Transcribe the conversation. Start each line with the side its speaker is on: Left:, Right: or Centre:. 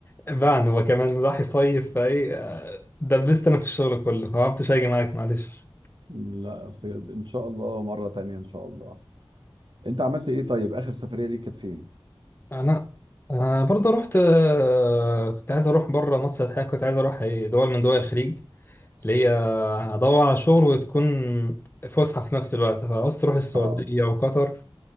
Left: باعني هو كمان راح يصيف فإيه آه، دبست أنا في الشغل كله ما عرفتش أجي معاك معلش
Right: لا طيب، ان شاء الله مرة تانية ان شاء الله انت عملت ايه طيب اخر سفرية ليك كانت فين؟
Left: أنا أنا برضه رحت آه، كنت عايز أروح بره مصر الحقيقة كنت عايز أروح إيه، دول من دول الخليج ليا هدور على شغل وتكون فسحة في نفس الوقت فعاوز تروح السعودية
Right: اه
Left: وقطر